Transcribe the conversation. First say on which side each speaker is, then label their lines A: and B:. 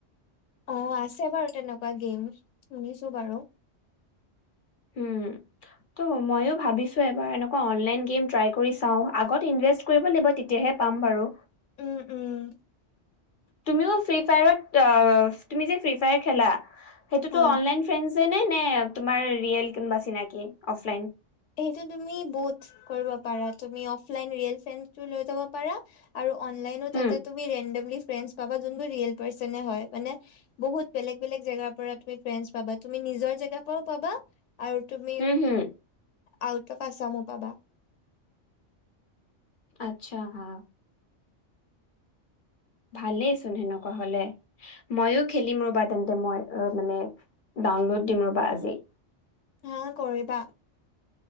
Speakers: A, on the left; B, on the left.
A: অ আছে বাৰু তেনেকুৱা গেম শুনিছোঁ বাৰু।
B: উম ত' ময়ো ভাবিছোঁ এবাৰ এনেকুৱা অনলাইন গেম ট্ৰাই কৰি চাওঁ আগত ইনভেষ্ট কৰিব লাগিব তেতিয়া। সেয়হে পাম বাৰু।
A: উম উম।
B: তুমিও ফ্ৰী ফায়াৰত তুমি যে ফ্ৰী ফায়াৰ খেলা। সেইটোতো
A: অ
B: অনলাইন ফ্ৰেণ্ডছে নে নে তোমাৰ ৰিয়েল কোনোবা চিনাকি অফলাইন।
A: সেইটো তুমি বৌথ কৰিব পাৰা তুমি অফলাইন ৰিয়েল ফেনটো লৈ যাব পাৰা আৰু অনলাইনো
B: হুম,
A: তাতে তুমি ৰেণ্ডমলি ফ্ৰেণ্ডছ পাবা যোনবোৰ ৰিয়েল পাৰ্চনে হয় মানে বহুত বেলেগ বেলেগ জেগাৰ পৰা তুমি ফ্ৰেণ্ডছ পাবা তুমি নি- নিজৰ জেগাৰ পৰাও পাবা আৰু তুমি
B: হুম, হুম,
A: আউট অফ আছামো পাবা
B: আচ্ছা হা। ভালেইচোন সেনেকুৱা হ'লে মইও খেলিম ৰবা তেন্তে মই অ মানে ডাউনলোড দিম ৰ'বা আজি।
A: হা কৰিবা।